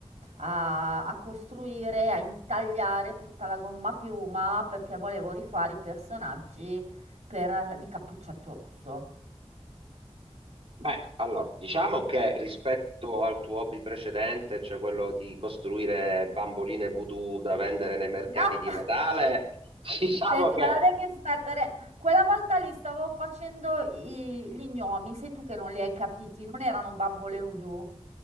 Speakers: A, on the right; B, on the right.
A: a, a costruire, a intagliare tutta la gomma a piuma perché volevo rifare i personaggi per- di Cappuccetto Rosso.
B: Beh, allora, diciamo che rispetto al tuo hobby precedente, cioè quello di costruire bamboline voodoo da vendere nei mercati
A: No! <laughs>
B: di Natale, <laughs> diciamo
A: Senti,
B: che...
A: ma la devi smettere. Quella volta lì stavo facendo i- gli gnomi, sei tu che non li hai capiti, non erano bambole voodoo.